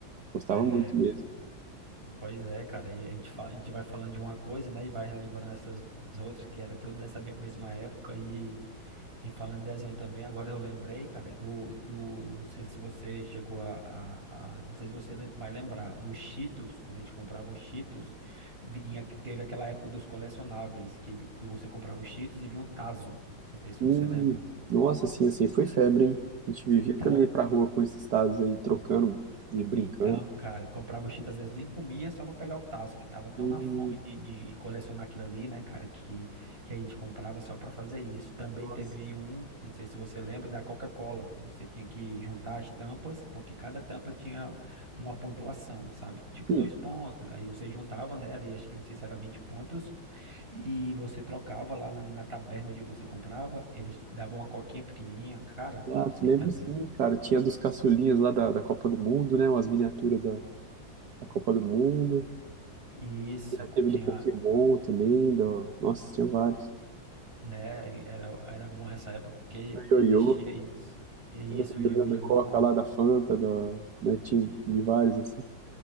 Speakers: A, on the right; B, on the right.
A: Gostava
B: É,
A: muito mesmo.
B: Pois é, cara, e a gente, fa- a gente vai falando de uma coisa, né, e vai relembrando essas outras, que era tudo dessa me- mesma época, e, e falando em desenho também, agora eu lembrei, cara, do, do, não sei se você chegou a, a, a- não sei se você le- vai lembrar, dos Cheetos, quando a gente comprava um Cheetos, vinha, teve aquela época dos colecionáveis, que, vi- que você comprava os Cheetos e vinha um taso não sei se
A: Hum,
B: você lembra.
A: nossa, assim, assim, foi febre, hein? A gente vivia
B: Então,
A: também pra rua com esses tazos aí, trocando, e brincando.
B: Então, cara, comprava o Cheetos, às vezes nem comia só pra pegar o tazo, que tava tão
A: Hum,
B: na fome de, de- de colecionar aquilo ali, né, cara, que, que a gente comprava só pra fazer isso. Também
A: nossa.
B: teve um, não sei se você lembra, da Coca-Cola. Você tinha que juntar as tampas, porque cada tampa tinha uma pontuação, sabe? Tipo
A: Sim,
B: dois pontos. Aí você juntava nela, e acho que não sei se era 20 pontos, e você trocava lá na, na taberna onde você comprava, eles te davam uma coquinha pequenininha, cara,
A: ah,
B: sei
A: tu lembro
B: também.
A: sim, cara. Tinha dos caçulinhas lá da, da Copa do Mundo, né? Umas miniaturas da, da Copa do Mundo.
B: Isso,
A: Já teve
B: tinha
A: do Pokémon também, do... Nossa, tinha vários.
B: né? Era, era bom essa época porque
A: Do
B: existia
A: Ioiô,
B: isso. É isso,
A: lembra do
B: o
A: Ioiô
B: ioiô.
A: da Coca lá, da Fanta, do... né? Tinha de vários, assim.